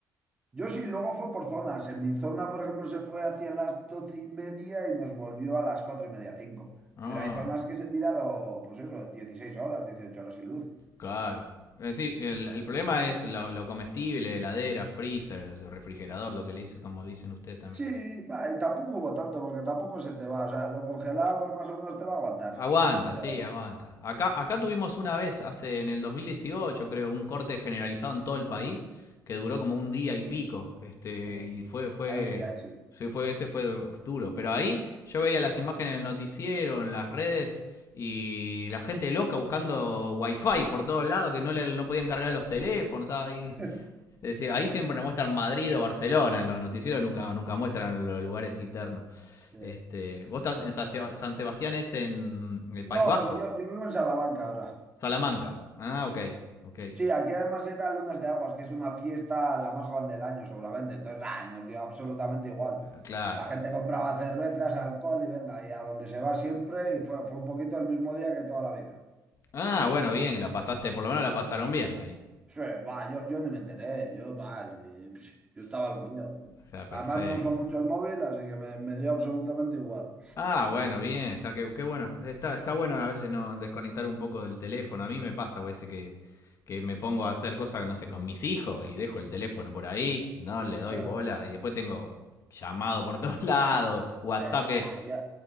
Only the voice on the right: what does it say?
Yo sí, luego fue por zonas. En mi zona, por ejemplo, se fue hacia las doce y media y nos volvió a las cuatro y media, cinco.
Pero hay zonas que se tiraron, pues eso, 16 horas, 18 horas sin luz.
Sí, va, y tampoco hubo tanto, porque tampoco se te va. O sea, lo congelado, pues más o menos te va a aguantar.
Pero
mm,
eh,
ahí sí, ahí sí.
<laughs>
Eh,
No,
pero yo, yo vivo en Salamanca ahora.
Sí, aquí además era Lunes de Aguas, que es una fiesta la más grande del año, seguramente. Entonces, ah, nos dio absolutamente igual.
La gente compraba cervezas, alcohol y venga, y a donde se va siempre, y fue, fue un poquito el mismo día que toda la vida.
Sí, va, yo, yo ni me enteré, yo, va, y, psh, yo estaba lo mío.
Además no uso mucho el móvil, así que me, me dio absolutamente igual.
<laughs>
Que,
ah, Yo,